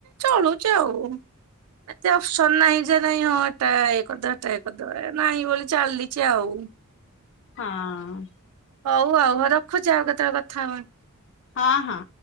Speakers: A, on the right; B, on the left.
A: ଚଳୁଛି ଆଉ। ଏତେ ଅ ସନାହିଁ ଯେ ନାଇଁ ହଁ ଏଟା ଏ କରିଦ ଏଟା ଏ କରିଦ ଏ ନାହିଁ ବୋଲି ଚାଲିଛି ଆଉ।
B: ହଁ!
A: ହଉ ଆଉ ରଖୁଚି ଆଉ କେତେବେଳେ କଥା ହବା।
B: ହଁ ହଁ!